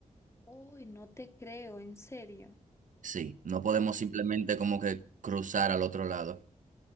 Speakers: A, on the left (about 20°); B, on the right (about 70°).
A: Uy, no te creo, en serio.
B: Sí, no podemos
A: Uf,
B: simplemente como que cruzar al otro lado.